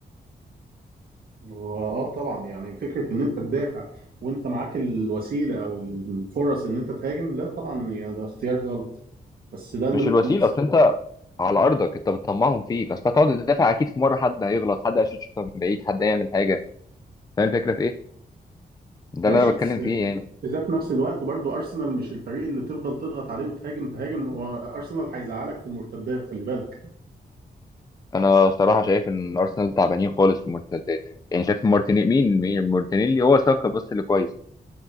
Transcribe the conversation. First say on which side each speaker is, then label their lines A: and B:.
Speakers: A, on the right; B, on the left.
A: واه طبعا يعني فكره ان انت تدافع وانت معاك الوسيله او الفرص ان انت تهاجم لا طبعا يعني ده اختيار غلط بس ده اللي
B: مش
A: ممكن
B: الوسيلة
A: يحصل
B: أصل أنت على أرضك أنت بتطمعهم فيك أصل هتقعد تدافع أكيد في مرة حد هيغلط حد هيشوط شوطة من بعيد حد هيعمل حاجة فاهم الفكرة في إيه؟ ده
A: ماشي
B: اللي أنا بتكلم
A: بس
B: فيه يعني
A: في ذات نفس الوقت برضو ارسنال مش الفريق اللي تفضل تضغط عليه وتهاجم تهاجم وارسنال هيزعلك في المرتدات خلي بالك
B: انا صراحه شايف ان ارسنال تعبانين خالص في المرتدات يعني شايف مارتينيلي مين مين مارتينيلي هو ساكا بس اللي كويس